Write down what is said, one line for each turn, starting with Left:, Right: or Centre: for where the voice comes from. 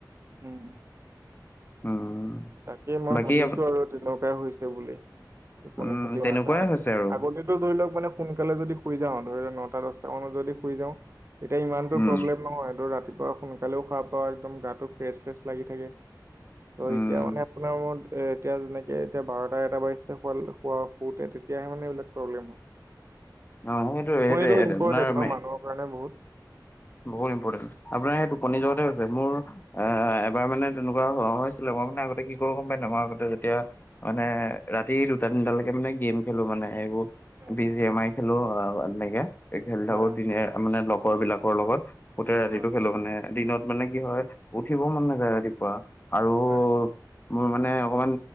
Right: উম।
Left: উম।
Right: তাকে মই
Left: বাকী
Right: ভাবিছো
Left: আপ-
Right: আৰু তেনেকুৱাই হৈছে বুলি টোপনি
Left: উম
Right: খটি
Left: তেনেকুৱাই
Right: কৰাৰ কাৰণে
Left: হৈছে আৰু
Right: আগ। টো ধৰি লওক মানে সোনকালে যদি শুই যাওঁ ধৰি লক নটা দহটা মানত যদি শুই যাওঁ। তেতিয়া ইমানতো
Left: উম।
Right: প্ৰব্লেম নহয় তোৰ ৰাতিপুৱা শুন। কালেও সাৰ পাও একদম গাটো ফ্ৰেছ ফ্ৰেছ লাগি থাকে ত'
Left: উম,
Right: এ। আপোনাৰ মৰত এ এতিয়া যেনেকে এতিয়া বাৰটা এটা বাৰিছে শুৱা শু শুতে তেতিয়াহে মানে এইবিলাক প্ৰব্লেম হয়।
Left: অ' সেইটোৱে
Right: টোপনিটো
Left: সেইটোৱে
Right: ইম্পৰ্টেন্ট
Left: আপোনাৰ
Right: ন
Left: মে-
Right: মানুহৰ কাৰণে বহুত।
Left: বহুত ইম্পৰ্টেণ্ট আপোনাৰ সেই টোপনি যোৱাতে হৈছে মোৰ। এ এবাৰ মানে তেনেকুৱা হ হৈছিলে মই মানে আগতে কি কৰো গম পাইে মই আগতে যেতিয়া। মানে ৰাতি দুটা তিনিটালৈকে মানে গেম খেলো মানে এইবো।
Right: উম,
Left: বি জি এম আ খেলো অ' এনেকে খেলি
Right: হয়,
Left: থাকো দিনে মানে লগৰ বিলাকৰ লগত। গোতে ৰাতিটো
Right: হয়,
Left: খেলো মানে দিনত মানে কি হয় উঠিবও মন নাযায় ৰাতিপুৱা আৰু।
Right: হয়।
Left: <inaudible> মোৰ মানে অকমান